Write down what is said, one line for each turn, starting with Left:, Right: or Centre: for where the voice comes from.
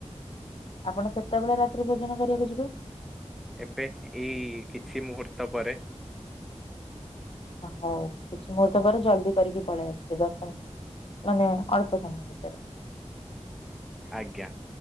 Left: ଆପଣ କେତେବେଳେ ରାତ୍ରି ଭୋଜନ କରିବାକୁ ଯିବେ?
Centre: ଏବେ, ଏଇ କିଛି ମୁହୂର୍ତ୍ତ ପରେ।
Left: ହଉ କିଛି ମୁହୂର୍ତ୍ତ ପରେ ଜଲଦି କରିକି ପଳେଇ ଆସିବେ ଆପଣ। ମାନେ ଅଳ୍ପ ସମୟ ଭିତରେ।
Centre: ଆଜ୍ଞା,